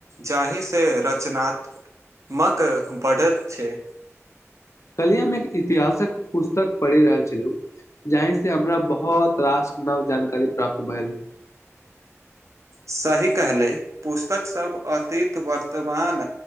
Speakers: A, on the right; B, on the left.
A: जाहिसँ रचनात्मक बढ़ैत छै।
B: कलियामे एक इतिहासक पुस्तक पढ़ि रहल छलहु जाहि से हमरा बहुत रास नव जानकारी प्राप्त भेल।
A: सही कहले पुस्तकसभ अतीत वर्तमान